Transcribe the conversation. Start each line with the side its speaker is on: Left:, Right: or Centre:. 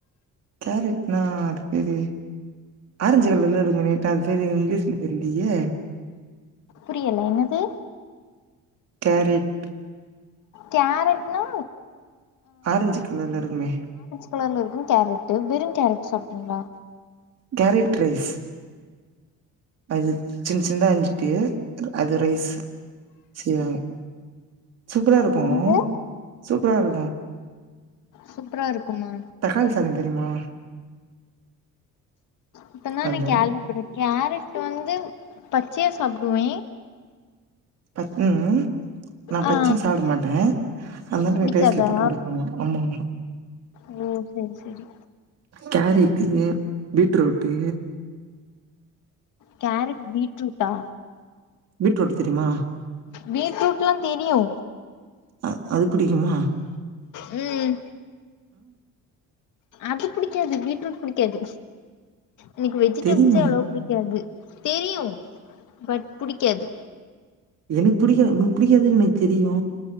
Right: கேரட்னா அது பேரி ஆரஞ்சு கலர்லலாம் இருக்கும் நீட்டா அது பேரு இங்கிலீஷ்ல தெரிலையே
Left: புரியல என்னது
Right: கேரிட்
Left: கேரட் னா
Right: ஆரஞ்சு கலர்ல இருக்குமே
Left: கலர்ல இருக்கு கேரட்டு வெறு கேரட் சாப்ட்டீங்ளா
Right: கேரட் க்ரைஸ் அது சின் சின்தா அஞ்சுட்டு அது ரைஸ் சியா சூபரா இருக்கு
Left: என்னது
Right: சூபரா இருக்கு
Left: சூப்பரா இருக்குமா
Right: தக்காளி சாத தெரிமா
Left: இப்பந்தா
Right: ஹலோ
Left: நா க்யாள்வி படே கேரட் வந்து பச்யா சாப்டுவே
Right: பத் ம் ம் நா பச்யு
Left: ஆ
Right: சாவ்ட மாட்ட அந்தானு
Left: புடிக்காதா
Right: வெட் போட்டு ரைஸ்ல போட்டு குடுப்பாங்கோ ஆமம்மா
Left: ஓ செரி செரி
Right: கேரிட்டு பீட்ரோட்டு
Left: கேரட் பீட்ரூட்டா
Right: வீட்ரோட்டு தெரிமா
Left: வீட்ரூட்லா தெரியு
Right: அ அது பிடிக்குமா
Left: ம் அது புடிக்காது பீட்ரூட் புடிக்காது எனுக்கு வெஜிடபுள்ஸே
Right: தெரியுமே
Left: எவ்வளவா புடிக்காது தெரியு பட் புடிக்காது
Right: எனுக் புடிக்காத் உனுக் புடிக்காதுன்னு எனக் தெரியு